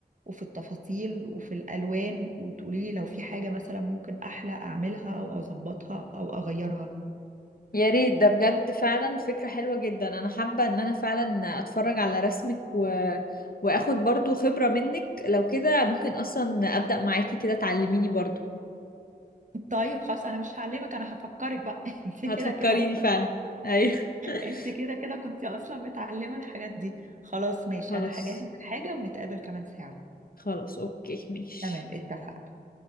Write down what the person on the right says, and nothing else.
وفي التفاصيل وفي الالوان وتقولي لي لو في حاجة مثلا ممكن احلى اعملها او اظبطها او اغيرها
طيب خلاص انا مش هعلمك انا هفكرك بقى <laughs> انت
كده كده اصلا
انت كده كده كنت اصلا متعلمة الحاجات دي خلاص ماشي
انا هجهز الحاجة ونتقابل كمان ساعة
تمام اتفقنا